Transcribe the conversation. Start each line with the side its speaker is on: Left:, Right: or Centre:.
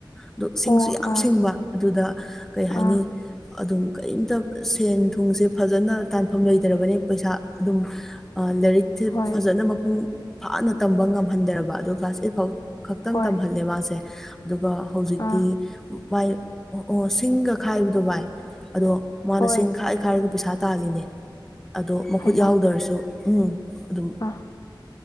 Centre: ꯑꯗꯣ ꯁꯤꯡꯁꯨ
Left: ꯑꯣ
Centre: ꯌꯥꯝ
Left: ꯑꯥ
Centre: ꯁꯤꯡꯕ ꯑꯗꯨꯗ ꯀꯩ ꯍꯥꯏꯅꯤ
Left: ꯑꯥ
Centre: ꯑꯗꯨꯝ ꯀꯔꯤꯝꯇ ꯁꯦꯟ ꯊꯨꯝꯁꯦ ꯐꯖꯅ ꯇꯥꯟꯐꯝ ꯂꯩꯇ꯭ꯔꯕꯅꯦ ꯄꯩꯁꯥ ꯑꯗꯨꯝ ꯑꯥ ꯂꯥꯏꯔꯤꯛꯁꯦ
Left: ꯍꯣꯏ
Centre: ꯐꯖꯅ ꯃꯄꯨꯡ ꯐꯥꯅ ꯇꯝꯕ ꯉꯝꯍꯟꯗꯔꯕ ꯑꯗꯣ ꯀ꯭ꯂꯥꯁ ꯑꯦꯠ ꯐꯥꯎ ꯈꯛꯇꯪ
Left: ꯍꯣꯏ
Centre: ꯇꯝꯍꯜꯂꯦ ꯃꯥꯁꯦ ꯑꯗꯨꯒ ꯍꯧꯖꯤꯛꯇꯤ
Left: ꯑꯥ
Centre: ꯚꯥꯏ ꯑꯣ ꯁꯤꯡꯒ ꯈꯥꯏꯕꯗꯣ ꯚꯥꯏ ꯑꯗꯣ ꯃꯥꯅ
Left: ꯍꯣꯏ
Centre: ꯁꯤꯡ ꯈꯥꯏ ꯈꯥꯏꯔꯒ ꯄꯩꯁꯥ ꯇꯥꯜꯂꯤꯅꯦ ꯑꯗꯣ ꯃꯈꯨꯠ
Left: ꯍꯩꯃꯥ
Centre: ꯌꯥꯎꯗ꯭ꯔꯁꯨ ꯎꯝ ꯑꯗꯨꯝ
Left: ꯑꯥ